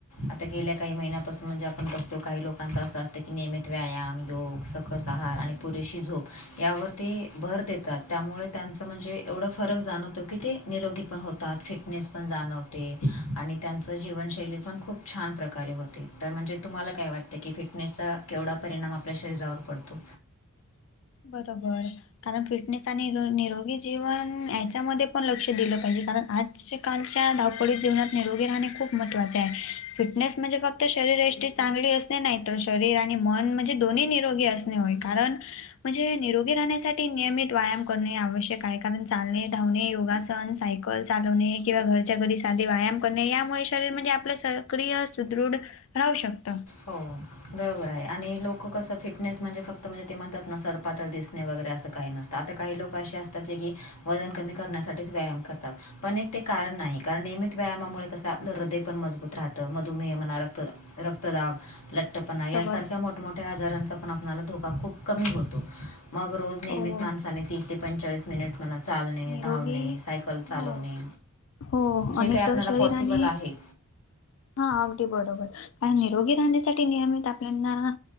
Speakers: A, on the left; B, on the left.
A: आता गेल्या काही महिन्यापासून म्हणजे आपण बघतो काही लोकांच असं असतं की नियमित व्यायाम. लोक सकस आहार
B: हम्म
A: आणि पुरेशी झोप यावर ते भर देतात त्यामुळे. त्यांचं म्हणजे एवढं फरक जाणवतो की ते निरोगी पण होतात. फिटनेस पण जाणव ते आणि त्यांचं जीवनशैली पण खूप छान प्रकारे होते. तर म्हणजे तुम्हाला काय वाटतं. ते की फिटनेसचा केवढा परिणाम आपल्या शरीरावर पडतो.
B: बरोबर कारण फिटनेस आणि निरोगी जीवन याच्यामध्ये पण लक्ष दिलं पाहिजे कारण आजकालच्या पळी जीवनात निरोगी राहणे खूप महत्वाचे आहे. फिटनेस म्हणजे फक्त शरीरष्टी चांगली अस नाही तर शरीर आणि मन म्हणजे दोन्ही निरोगी असणे होय कारण म्हणजे निरोगी राहण्यासाठी नियमित व्यायाम करणे आवश्यक आहे. कारण चालणे, धावणे, योगासण सण सायकल चालवणे किंवा घरच्या घरी साधे व्यायाम करणे. यामुळे शरीर म्हणजे आपलं सक्रिय, सुदृढ राहू शकतं.
A: हो. बरोबर आहे आणि लोक कसं फिटनेस म्हणजे फक्त म्हणजे ते म्हणतात ना सडपातळ दिसणे वगैरे असं काही नसतात. त काही लोक असे असतात जे की वजन कमी करण्यासाठीच व्यायाम करतात. पण एक ते कारण नाही कारण नियमित व्यायामामुळे कसं आपलं हृदय पण मजबूत राहतं मधुमेह मना रक्त क्तदाब, लट्टपणा यासारख्या
B: बरोबर.
A: मोठ्या मोठ्या आजारांचा पण आपणाला धोका खूप कमी होतो. मग रोज नियमीत
B: हो
A: माणसाने तीस ते पंचेचाळीस मिनिट मना चालणे,
B: निरोगी
A: धावणे, सायकल चालवणे
B: हो हो
A: जे
B: आणि
A: काही आपणाला
B: तर शरीराने
A: पॉसिबल आहे
B: हा अगदी बरोबर कारण निरोगी राहण्यासाठी नियमित आपल्यांना